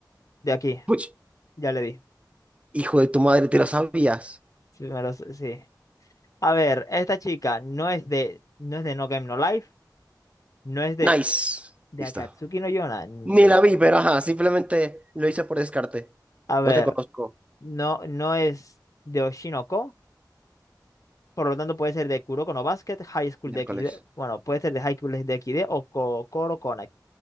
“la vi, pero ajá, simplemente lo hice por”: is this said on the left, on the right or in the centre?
Right